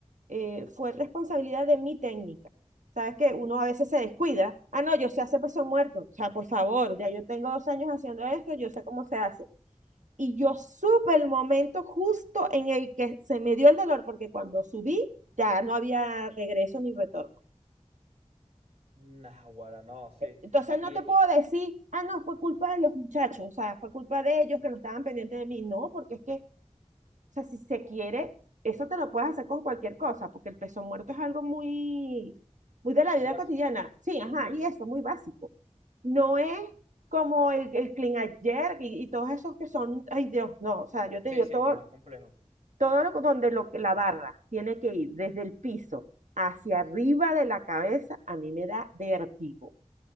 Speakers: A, on the right (about 85°); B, on the right (about 55°).
A: Eh, fue responsabilidad de mi técnica. Sabes que uno a veces se descuida. Ah, no, yo sé hacer peso muerto. O sea, por favor, ya yo tengo dos años haciendo esto, yo sé cómo se hace. Y yo supe el momento justo en el que se me dio el dolor, porque cuando subí ya no había regreso ni retorno.
B: Naguará, no, sí.
A: Entonces
B: Y,
A: no te puedo
B: y
A: decir, ah, no, fue culpa de los muchachos, o sea, fue culpa de ellos que no estaban pendientes de mí. No, porque es que, o sea, si se quiere, eso te lo puedes hacer con cualquier cosa, porque el peso muerto es algo muy, muy de la
B: muy
A: vida
B: básico.
A: cotidiana. Sí, ajá,
B: Sí,
A: y
B: sí.
A: eso, muy básico. No es como el, el clean ayer y, y todos esos que son, ay Dios, no, o sea, yo te
B: Sí,
A: digo,
B: sí,
A: todo,
B: más complejo.
A: todo lo, donde lo, la barra tiene que ir desde el piso hacia arriba de la cabeza, a mí me da vértigo.